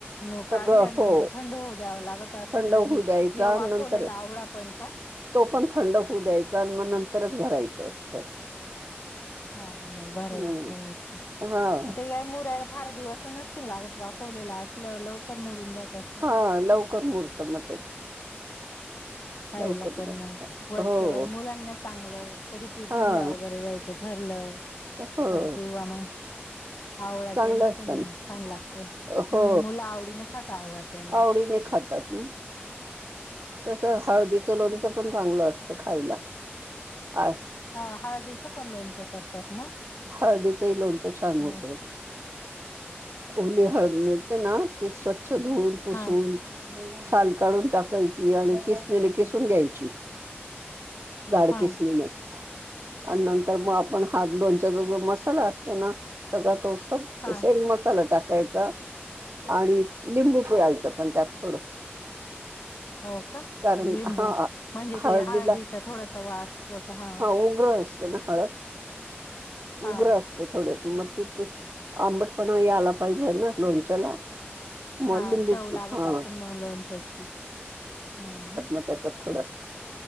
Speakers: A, on the left; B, on the right.
A: न काढल्यानंतर
B: सगळं हो,
A: थंड होऊ द्यावा लागत असन
B: थंड होऊ
A: आणि
B: द्यायचा
A: हे वाफवलेला
B: नंतर
A: आवळा पण का?
B: तो पण थंड होऊ द्यायचा, न म नंतरच भरायचं असतं.
A: हा म भरन
B: हं,
A: आहे ठेवायचं
B: हां.
A: ते का मुरायला फार दिवस नस तिल लागत वाफवलेल असल्यावर लवकर मुरून जात अस.
B: ह लव कर मुरत म ते.
A: <inaudible> खायला
B: लवकर मुहूर्त.
A: पण मग वरच्या
B: हो
A: वर मुलांना चांगलं कधी टिफिनला
B: हां
A: वगैरे दयाय च ठरलं
B: हो.
A: तर किंवा म. आवळा
B: चांगलं
A: कॅन्डी
B: असतं
A: पण
B: ना.
A: छान लागते
B: हो
A: मुलं आवडीने खातां आवळा. कॅन्डी.
B: आवडीने खातत. हूं. तस हळदीचं लोणचं पण चांगलं असतं खायला आ.
A: हा हळदीचं पण लोणचं करतात ना?
B: हळदीचही लोणचं छान
A: हो
B: होतं. ओले हळद मिळते ना ते स्वच्छ धुऊन पुसून
A: हा
B: साल काढून टाकायची आणि केिसनींनी केिसून घ्यायची. जाड
A: हा
B: किसनिने आणि नंतर मग आपण हात दोन त्याचा जो मसाला असतो ना सगळा तो स
A: हा
B: सेम मसाला टाकायचा. आणि लिंबू पिळायचं पण त्यात थोडं.
A: हो का
B: कारण
A: लिंबू
B: हा
A: म्हणजे
B: हळदीला
A: ते हळदीचा थोडासा वास सट हा.
B: वोगस! त्यांना हळद.
A: हा
B: उग्र असते थोडे मग तिती आंबट पणा यांला पाहिजे ना लोणच्याला. मग
A: हा
B: लिंबू
A: चव लागत
B: हा
A: असतील मग लोणच्याची ह ना!
B: न त्याच थोडं.